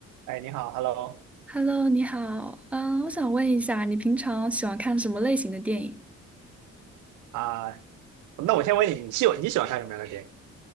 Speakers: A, on the right; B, in the centre.
A: 哎，你好，Hello
B: Hello，你好，嗯，我想问一下，你平常喜欢看什么类型的电影？
A: 啊那我先问你，你喜你喜欢看什么样的电影？